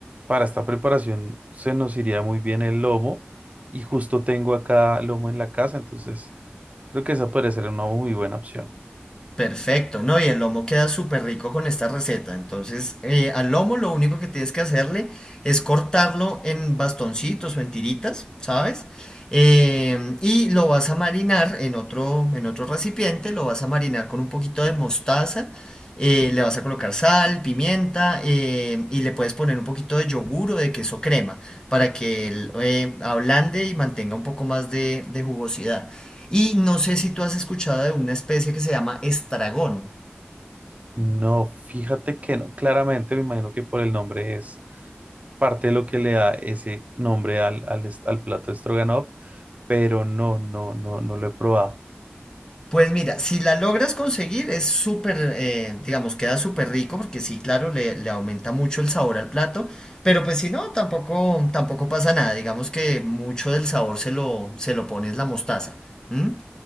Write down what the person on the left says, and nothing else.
Perfecto, ¿no? Y el lomo queda súper rico con esta receta. Entonces, eh, al lomo lo único que tienes que hacerle es cortarlo en bastoncitos o en tiritas, ¿sabes? Em, y lo vas a marinar en otro, en otro recipiente, lo vas a marinar con un poquito de mostaza, eh, le vas a colocar sal, pimienta eh, y le puedes poner un poquito de yogur o de queso crema para que él, eh, ablande y mantenga un poco más de de jugosidad. Y no sé si tú has escuchado de una especie que se llama estragón.
Pues mira, si la logras conseguir es súper, eh, digamos, queda súper rico porque sí, claro, le, le aumenta mucho el sabor al plato, pero pues si no, tampoco, tampoco pasa nada, digamos que mucho del sabor se lo, se lo pones la mostaza. ¿m?